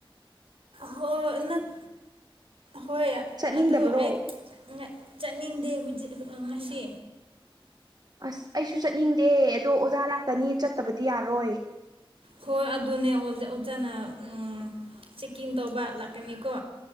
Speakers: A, on the right; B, on the right.
A: ꯍꯣꯏ ꯅꯠ ꯍꯣꯏ
B: ꯆꯠꯅꯤꯡꯗꯕ꯭ꯔꯣ
A: ꯑꯗꯨ ꯑꯩ ꯆꯠꯅꯤꯡꯗꯦ ꯍꯧꯖꯤꯛ ꯉꯁꯤ
B: ꯑꯁ ꯑꯩꯁꯨ ꯆꯠꯅꯤꯡꯗꯦ ꯑꯗꯣ ꯑꯣꯖꯥ ꯂꯥꯛꯀꯅꯤ ꯆꯠꯇꯕꯗꯤ ꯌꯥꯔꯣꯏ
A: ꯍꯣꯏ ꯑꯗꯨꯅꯦ ꯑꯣꯖꯥꯅ ꯎꯝ ꯆꯦꯛꯀꯤꯡ ꯇꯧꯕ ꯂꯥꯛꯀꯅꯤꯀꯣ